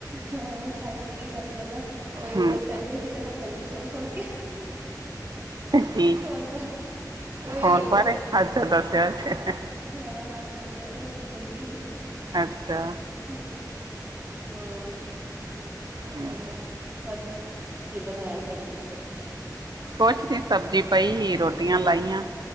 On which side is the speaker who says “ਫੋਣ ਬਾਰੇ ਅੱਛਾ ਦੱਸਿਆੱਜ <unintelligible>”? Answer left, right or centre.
Right